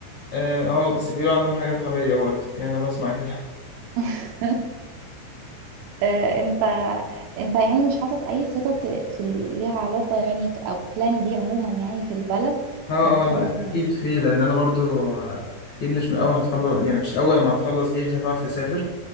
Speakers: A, on the left; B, on the right.
A: اه آه، بس بيقولوا عندهم حاجات غبيه برضه يعني انا بسمع كده
B: <laughs> آه، أنت أنت يعني مش حاطط أي خطط في ال- ليها علاقة يعني ك- أو بلان بي عموما يعني في البلد
A: اه
B: يعني
A: اه
B: كل
A: لا اكيد في لان انا برضو اكيد مش من اول هتخلص يعني مش اول ما هتخلص جيش دي هتعرف تسافر